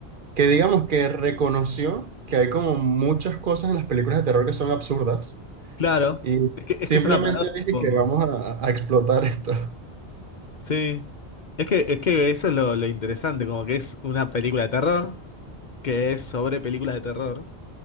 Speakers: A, on the right; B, on the left.
A: que digamos que reconoció que hay como muchas cosas en las películas de terror que son absurdas
B: Claro,
A: y
B: es que es,
A: simplemente
B: que es una parodia
A: dije
B: un
A: que
B: poco.
A: vamos a, a explotar esto. <laughs>
B: Sí. Es que, es que eso es lo, lo interesante, como que es una película de terror, que es sobre películas de terror.